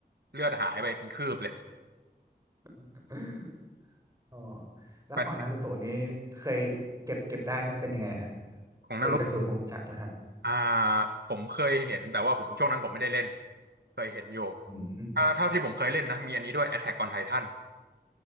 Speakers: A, on the right (about 75°); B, on the right (about 20°).
A: เลือดหายไปเป็นคืบเลย
B: <laughs> อ๋อแล้วของนารูโตะนี่เคยเก็บเก็บได้นี่เป็นยังไงฮะ
A: แฟนฟิกของนารุ
B: ไอกระสุนวงจักรล้วฮะ
A: อ่าผมเคยเห็นแต่ว่าผมช่วงนั้นผมไม่ได้เล่นเคยเห็นอยู่
B: อืม
A: ถ้าเท่าที่ผมเคยเล่นนะมีอันนี้ด้วย Attack on Titan